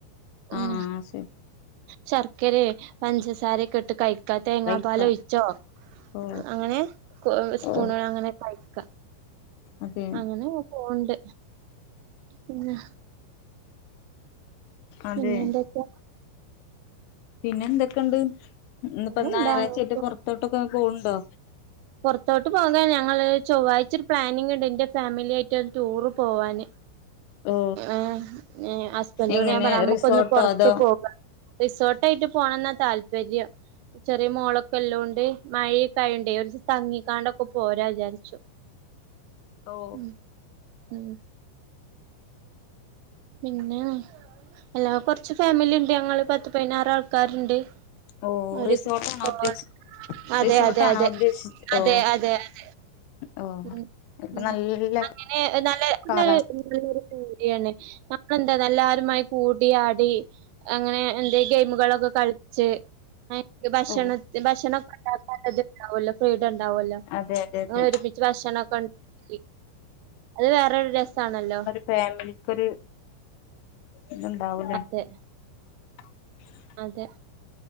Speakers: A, on the left; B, on the right.
A: ആഹ്
B: ഉം
A: ആഹ് ശരി
B: ശർക്കരെ പഞ്ചസാരയെക്കെ ഇട്ട് കയി ക്കാ തേങ്ങാ
A: കൈക്ക
B: പാല് ഒയിച്ചോ
A: ഓ
B: അങ്ങനെ കൊ സ്പൂണ്
A: ഓ
B: അങ്ങനെ കയിക്കാ
A: അതെ
B: അങ്ങനെക്കെ പോണ് ണ്ട് പിന്നെ
A: അതെ
B: പിന്നെ എന്തൊക്കെ
A: പിന്നെ എന്തെക്കെണ്ട് ഇന്ന് ഇപ്പൊ
B: പിന്നെന്താ
A: നായറാഴ്ച ആയിട്ട് പൊറത്തോട്ടൊക്കെ പോവ്ണ്ടോ
B: പൊർത്തോട്ട് പോകാൻ ഞങ്ങള് ചൊവ്വായ്ച പ്ലാനിംങ് ഉണ്ട് ഇന്റെ ഫാമിലി ആയിറ്റ് ഒരുടൂറ് പോവാന്
A: ഓ
B: ഏഹ് ഹസ്ബെന്റിനോട്
A: എങ്ങനെ
B: ഞാൻ പറ അമ്മക്ക്
A: റിസോർട്ടോ
B: ഒന്ന് പൊറത്ത്
A: അതോ
B: പോ റിസോട്ടൈറ്റ് പോണംന്നാതാൽപെര്യം ചെറിയ മോളൊക്കെല്ലോണ്ട് മഴിംഒക്കെ ആയോണ്ടേ ഒന്ന് തങ്ങിക്കാണ്ടൊക്കെ പോരാ വിചാരിച്ചു
A: ഓ
B: ഉ ഉ പിന്നെ എല്ലാ കൊർച്ച് ഫാമിലി ഇണ്ട് ഞങ്ങള് പത്ത് പയ്നാറ് ആൾക്കാര്ണ്ട്
A: ഓ
B: ഒരുപ്
A: റിസോർട്ടാണോ
B: പോവാൻ
A: ഉദ്ദേശി
B: അതെ
A: റിസോർട്ടാണോ
B: അതെ അതെ
A: ഉദ്ദേശിച്ച
B: അതെ
A: ഓ
B: അതെ ഏഹ്
A: ഓ
B: ഉം
A: ഇപ്പൊ
B: ഉം
A: നല്ല
B: അങ്ങനെ നല്ലെ ഇത്
A: കാലാവസ്ഥ
B: എല്ലാരുംകൂടി കൂടിയാണ് അപ്പെന്താന്നാ അല്ലാരുമായി കൂടിയാടീ അങ്ങനെ എന്തേലും ഗെെമ്കളൊക്കെ കളിച്ച് ഐന്ഇക്ക് ഭക്ഷണത്ത്
A: ഓ
B: ഭക്ഷ ണൊക്കെ ഇണ്ടാക്കാത്തത് ഇണ്ടാവുല്ലോ ഫ്രീഡം ഇണ്ടാവുല്ലോ
A: അതെ അതെ അതെ
B: ഒരു പി ച്ച് ഭക്ഷണം ഒക്കെ ഇണ്ടാക്കി അത് വേറൊരു രസാണല്ലോ
A: ഫാമിലിക്ക് ഒര് ഇത്ണ്ടാവുംലെ
B: അതെ
A: ഉ
B: അതെ